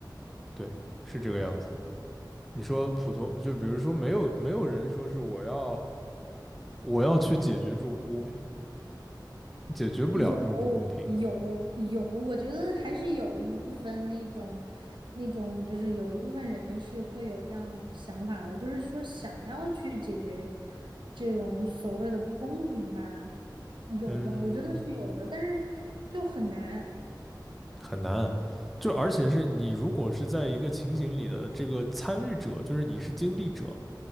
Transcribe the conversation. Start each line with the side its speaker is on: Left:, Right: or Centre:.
Centre: 对，是这个样子的。你说普通，就比如说没有没有人说是我要我要去解决这种不公平，解决不了这种不公平，
Right: 有有有，我觉得还是有一部分那种那种，就是有一部分人是会有这样想法的，就是说想要去解决这种所谓的不公平吧，有的，
Centre: 嗯，
Right: 我觉得是有的，但是就很难。
Centre: 很难。就而且是你如果是在一个情景里的这个参与者，就是你是经历者，